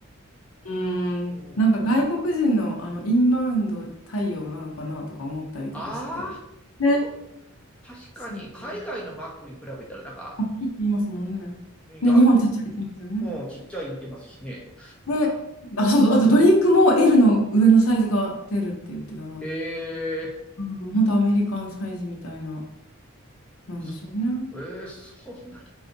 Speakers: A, on the left; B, in the centre.
A: うーん。
B: うん。
A: なんか外国人の、あのインバウンド対応なのかなとか思ったりとかして。
B: ああ、
A: ね。
B: そう。確かに海外のマックに比べたらなんか、
A: そう。大きいって言いますもんね。
B: いや、
A: ね、日本ちっちゃいって言いますよね。
B: ね、うん、ちっちゃい言うてますしね。
A: ね。あ、そうそう。あとドリンクも L の上のサイズが出るって言ってたな。
B: えー、
A: うん、本当アメリカンサイズみたいな、なんでしょうね。
B: そ、えー、そんな